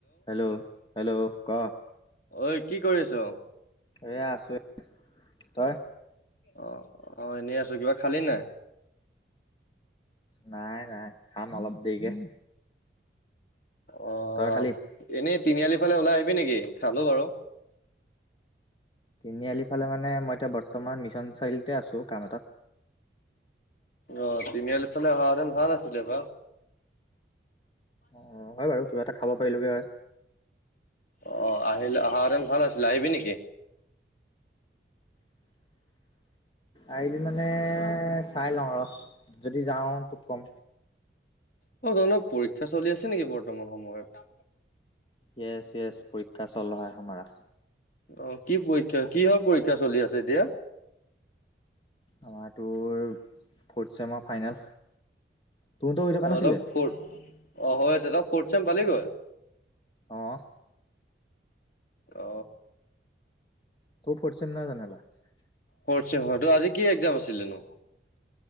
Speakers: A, on the left; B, on the left.
A: হেল্ল' হেল্ল' ক
B: ঐ কি কৰি আছ?
A: এয়া আছো। তই
B: অ' অ' এনেই আছো কিবা খালি নাই।
A: নাই নাই খাম অলপ দেৰিকে।
B: অ'
A: তই খালি
B: এনেই তিনিআলি ফালে ওলাই আহিবি নেকি খালো বাৰু।
A: তিনিআলিৰফালে মানে মই এতিয়া বৰ্তমান মিছন চাৰিআলিতে আছোঁ কাম এটাত।
B: অ' তিনিআলিফালে অহা হেতেন ভাল আছিলে বা
A: অ' হয় বাৰু কিবা এটা খাব পাৰিলোগে হয়
B: অ' আহিলে অহা হেতেন ভাল আছিল আহিবি নেকি?
A: আহিবি মানে চাই লওঁ ৰহ যদি যাওঁ তোক কম।
B: অ' ত অলপ পৰীক্ষা চলি আছে নেকি বৰ্তমান সময়ত।
A: য়েচ য়েচ পৰীক্ষা চল হয় সামৰা।
B: অ' কি পৰীক্ষা কিহৰ পৰীক্ষা চলি আছে এতিয়া?
A: আমাৰ তোৰ ফৰ্থ চেমৰ। ফাইনেল তোৰতো হৈ থকা
B: অ'
A: নাছিলে
B: অলপ ফথ অ' হৈ আছে ত ফোৰ্ট ছেম পালি গৈ
A: অঁহ
B: অ
A: তোৰ ফোৰ্ট ছেম নহয় জনো এইবাৰ
B: ফোৰ্ট ছেম হয় ত আজি কি একজাম আছিলেনো